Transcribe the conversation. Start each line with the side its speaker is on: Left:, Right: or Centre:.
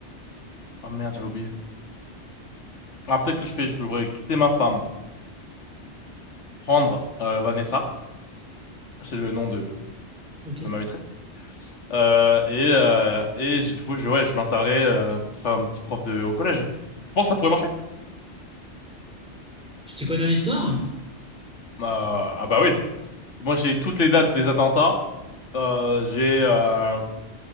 Left: oh merde, j'avais oublié. Ah, peut-être que je fais, je pourrais quitter ma femme, prendre euh, Vanessa, c'est le nom de,
Centre: Ok.
Left: de ma maîtresse, euh, et, euh, et je- du coup, je, ouais, je m'installerai euh, pour faire un petit prof de, au collège. Tu penses que ça pourrait marcher?
Centre: Tu t'y connais en histoire?
Left: Euh, ah bah oui. Moi, j'ai toutes les dates des attentats. Euh, j'ai euh,